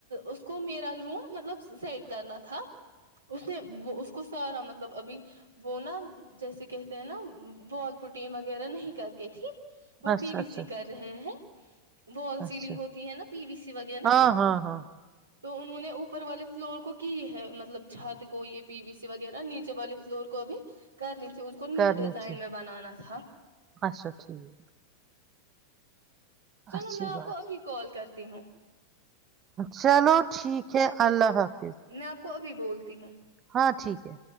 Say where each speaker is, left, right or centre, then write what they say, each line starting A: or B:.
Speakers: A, on the right (about 75°); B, on the right (about 25°).
A: اس کو میرا روم مطلب سیٹ کرنا تھا اس نے وہ اس کو سارا مطلب ابھی وہ نا جیسے کہتے ہیں نا وال پوٹین وغیرہ نہیں کر کے تھی وہ
B: اچھا
A: پی
B: اچھا
A: بی سی کر رہے ہیں <inaudible> وال
B: اچھا
A: سیلنگ ہوتی ہے نا پی وی سی وغیرہ
B: ہاں ہاں ہاں
A: تو انہوں نے اوپر والے فلور کو کی ہے مطلب چھت کو یہ پی بی سی وغیرہ نیچے والے فلور کو ابھی کرنی اس کو نی
B: کرنی
A: ڈیزائن
B: تھی
A: میں بنانا تھا
B: اچھا ٹھیک
A: چلو
B: اچھی
A: میں آپ
B: بات
A: کو ابھی کال کر ت ہوں
B: چلو ٹھیک ہے اللہ حافظ
A: میں آپ کو ابھی بول تی ہوں
B: ہاں ٹھیک ہے